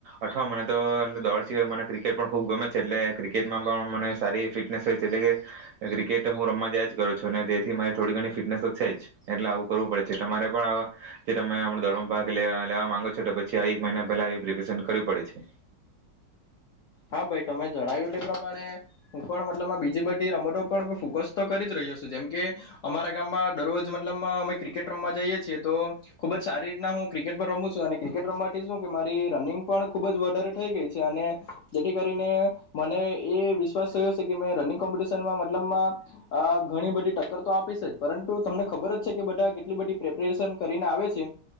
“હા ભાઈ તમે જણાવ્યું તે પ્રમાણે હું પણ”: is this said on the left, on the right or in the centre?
Left